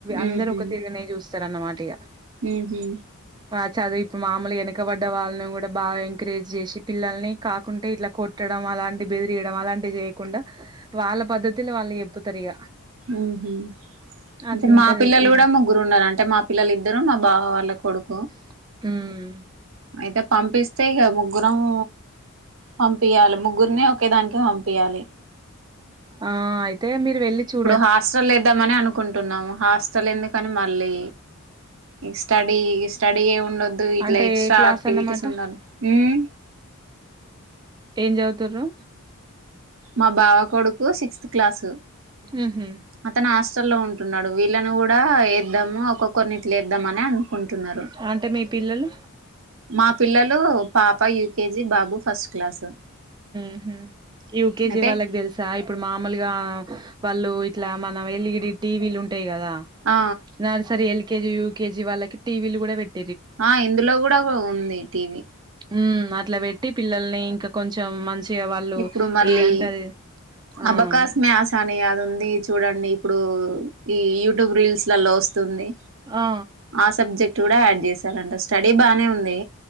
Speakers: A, on the right; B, on the right.
A: అందరు
B: ఉహు
A: ఒక తిరుగనే చూస్తరు అన్నమాట ఇక.
B: ఉహు.
A: వా చదువు ఇప్పుడు మామూలుగా ఇట్లా వెనుకబడ్డ వాళ్ళని కూడా బాగా ఎంకరేజ్ చేసి పిల్లల్ని కాకుంటే ఇట్ల కొట్టాటం. అలాంటివి బెదిరియడం అలాంటివి చేయకుండా వాళ్ళ పద్ధతిలో వాళ్లు చేప్పుతారిగ.
B: ఉహు. అంటె
A: అట్లుంటది
B: మా పిల్లలు
A: ఇగ.
B: కూడ ముగ్గురు ఉన్నారు అంటె మా పిల్లలు ఇద్దరూ మా బావ వాళ్ళ కొడుకు.
A: ఉమ్.
B: అయితే పంపిస్తే ఇక ముగ్గురమ్. పంపియాలి ముగ్గురిని ఒకే దాంట్లో పంపియాలి.
A: ఆహ్ అయితే మీరు వెళ్ళి చూ.
B: హాస్టలేద్ధామని అనుకుంటున్నాము హాస్టల్ ఎందుకని. మల్లీ ఈ స్టడీ స్టడీయే. ఉండొద్దు ఇట్లా
A: అంటే
B: ఎక్స్ట్రా
A: ఏ క్లాస్
B: ఆక్టివిటీస్
A: అన్నమాట?
B: ఉండాలి ఉమ్.
A: ఏం చదువుతుండ్రు.
B: మా బావ కొడుకు సిక్స్త్ క్లాసు.
A: ఉహు.
B: అతను హాస్టల్లో ఉంటున్నాడు వీళ్ళని కూడా ఏద్దాము ఒక్కొక్కరిని. లేద్దామనే అనుకుంటున్నారు
A: అంటే మీ పిల్లలు?
B: మా పిల్లలూ. పాప యూకేజి బాబు ఫస్ట్ క్లాసు.
A: ఉహు యూకేజి
B: అయితే
A: వాళ్ళకి తెల్సా ఇప్పుడు మామూల్గా. వాళ్లూ ఇట్లా మన ఎల్ఇడి టీవీలు ఉంటాయి కదా
B: ఆ
A: నర్సరీ ఎల్. యుకేజీ యుకేజీ వాళ్ళకి టీవీలు కూడా పెట్.
B: ఆహ్ ఇందులో కూడా ఉంది టీవీ.
A: ఉమ్ అట్లా పెట్టి పిల్లల్ని ఇంకా. కొంచెం మంచిగా వాళ్ళు
B: ఇప్పుడు మళ్ళీ
A: ఏదంటేది ఆహ్.
B: అబకాస్ మ్యాస్ అని అది ఉంది చూడండి ఇప్పుడు ఈ యూట్యూబ్ రీల్స్ లలో వస్తుంది
A: ఆ
B: ఆ సబ్జెక్ట్. చూడ యాడ్ చేసారంట స్టడీ బానే ఉంది